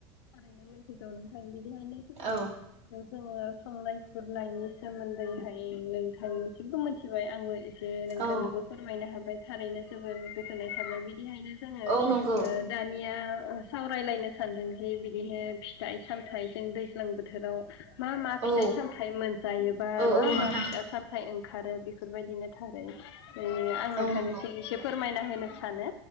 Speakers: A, on the left; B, on the right.
A: ओरैनो मिथिगौ नोंथां बिदिहायनो जोंङो-
B: औ
A: जोंङो संनाय। गुरनायनि सोमोन्दैहाय नोंथांनिसिमबो मिथिबाय आंबो। रो नोंथांनोबो
B: औ
A: फोरमायनो हाबाय। थारैनो जोबोर गोजोननाय थाबाय बि दिहायनो जोंङो
B: औ नंगौ
A: दानिया। ओ सावरायलायनो सानदोंङो। ओ बिदिहो फिथाइ सामथायाइ जों दैज्लां बोथोराव। मा मा फिथाइ
B: औ
A: सामथायाइ मोनजायोबा
B: औ
A: मा
B: औ नोंथां
A: मा फिथा सामथाय ओ। ओंखारो बेफोरबायदिनो थारो। औ आं नोंथांनोसो
B: औ नंगौ
A: एसे फोर फोरमायना होनो सानो।